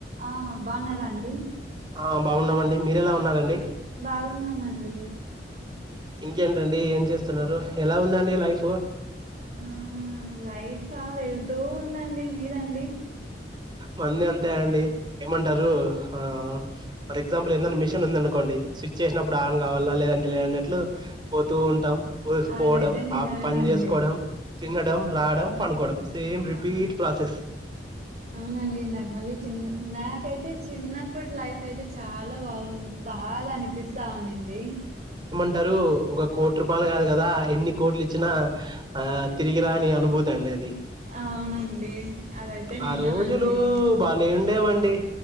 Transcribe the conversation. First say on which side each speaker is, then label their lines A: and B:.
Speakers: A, on the right; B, on the right.
A: ఆ బాగున్నారా అండి
B: ఆ బాగున్నామండి మీరెలా ఉన్నారండి
A: బాగున్నామండి
B: ఇంకేంటండి ఏం చేస్తున్నారు ఎలా ఉందండి లైఫ్
A: ఆ లైఫా వెళ్తూ ఉందండి మీదండి
B: మంది అంతే అండి ఏమంటారు ఆ ఫర్ ఎగ్జాంపుల్ ఏమన్నానా మిషన్ ఉంది అనుకోండి స్వి చేసినప్పుడు ఆన్ కావాలా లేదంటే లే అన్నట్లు పోతూ ఉంటాం పో
A: అదైతే
B: పోవడం
A: నిజమేనండి
B: ఆ పని చేసుకోవడం తినడం రావడం పనుకోవడం సేమ్ రిపీట్
A: ఆ
B: ప్రాసెస్
A: అవునండి నాకు మళ్ళీ చి నాకైతే చిన్నప్పట్లా లైఫ్ అయితే చాలా బాగుంది బాగా అనిపిస్తా ఉన్నింది
B: అంటారు ఒక కోటి రూపాయలు కాదు కదా ఎన్ని కోట్లు ఇచ్చినా ఆ తిరిగిరాని అనుభూతి అండి అది.
A: అవునండి అదైతే నిజమండి
B: ఆ రోజులు బలే ఉం డేవండి